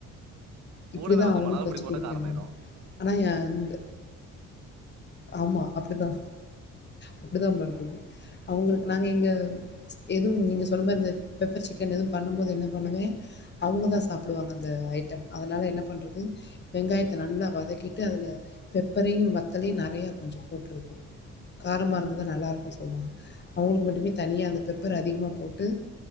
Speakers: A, on the left; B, on the right.
A: இப்பிடிதா
B: கூடவே கொஞ்சம்
A: அவங்களுக்
B: மிளகா
A: வச்சு
B: பொடி போட்டா
A: குடுப்பே
B: காரமாயிரும்.
A: நானு ஆனா ஏ இந்த ஆமா அப்டிதா அப்டிதா பண்றது அவங்களுக்கு நாங்க எங்க எதுவு நீங்க சொன்ன மாரி இந்த பெப்பர் சிக்கன் எதுவு பண்ணம் போது என்ன பண்ணுவே அவுங்கதா சாப்டுவாங்க அந்த ஐட்டம் அதனால என்ன பண்றது வெங்காயத்த நல்லா வதக்கிட்டு அதுல பெப்பரையு வத்தலையு நறையா கொஞ்சோ போட்ருது காரமா இருந்ததா நல்லார்க்குன் சொல்வாங்க அவுங்களுக்கு மட்டு தனியா அந்த பெப்பர அதிகமா போட்டு